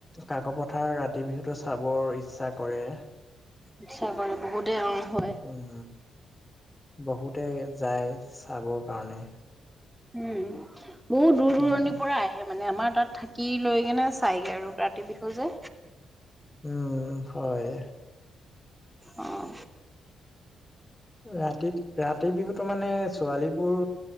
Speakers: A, on the left; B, in the centre.
A: কাকো পথাৰ ৰাতি বিহুটো চাবৰ ইচ্ছা কৰে।
B: ইচ্ছা কৰে বহুতেই অহ হয়।
A: উম, বহুতে যায় চাবৰ কাৰণে।
B: উম, বহুত দূৰ দূৰণিৰ
A: উম
B: পৰা আহে মানে আমাৰ তাত থাকি লৈ কেনে চাইগে আৰু ৰাতি বিহু যে।
A: উম হয়।
B: অহ।
A: ৰাতিত ৰাতি বিহুতো মানে ছোৱালীবোৰ